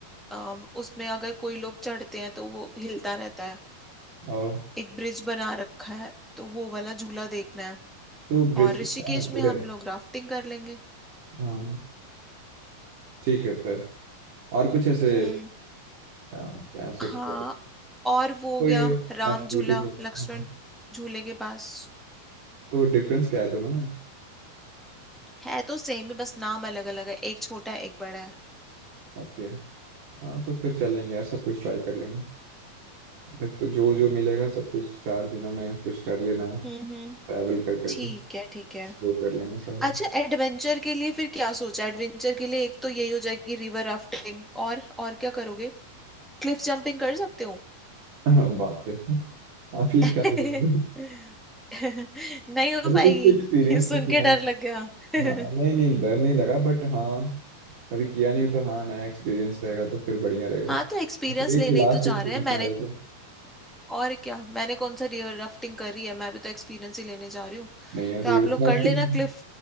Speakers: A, in the centre; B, on the right.
A: अ, उसमें अगर कोई लोग चढ़ते हैं तो वो हिलता रहता है
B: और
A: एक ब्रिज बना रखा है तो वो वाला झूला देखना है
B: तो ब्रिज
A: और
B: कितना
A: ऋषिकेश
B: है वुडन
A: में हम लोग राफ्टिंग कर लेंगे
B: हाँ ठीक है फिर और कुछ ऐसे
A: हम्म
B: क्या कह सकते
A: हाँ
B: हैं
A: और वो हो
B: कोई
A: गया राम
B: एक्टिविटी
A: झूला
B: हाँ
A: लक्ष्मण झूले के पास
B: तो डिफरेंस क्या है दोनों में
A: है तो सेम ही बस नाम अलग अलग है एक छोटा है एक बड़ा है
B: ओके हाँ तो फिर चल लेंगे यार सब कुछ ट्राई कर लेंगे तो, तो जो जो मिलेगा सब कुछ चार दिनों में कुछ कर लेना है
A: हम्म हम्म
B: ट्रैवल कर करके
A: ठीक है
B: एक्सप्लोर
A: ठीक है
B: कर लेंगे सारा
A: अच्छा एडवेंचर के लिए फिर क्या सोचा एडवेंचर के लिए एक तो यही हो जाएगी रिवर राफ्टिंग और और क्या करोगे क्लिफ जंपिंग कर सकते हो
B: <laughs> बाप रे आप ये
A: <laughs>
B: क्या बोल रहे हो
A: नहीं हो
B: कभी
A: पाएगी
B: कुछ तो एक्सपीरियंस
A: <laughs> सुन
B: तो किया
A: के डर
B: ना
A: लग गया <laughs>
B: हाँ नहीं नहीं डर नहीं लगा बट हाँ कभी किया नहीं हो तो हाँ नया एक्सपीरियंस रहेगा तो फिर बढ़िया रहेगा
A: हाँ तो एक्सपीरियंस
B: और फिर एक
A: लेने
B: लास्ट
A: ही तो
B: एक्सपीरियंस
A: जा रहे हैं मैंने
B: यहाँ रहेगा
A: और क्या मैंने कौन सा रिवर राफ्टिंग करी है मैं भी तो एक्सपीरियंस ही लेने जा रही हूँ
B: नहीं यार
A: तो
B: रिवर
A: आप लोग
B: राफ्टिंग
A: कर लेना क्लिफ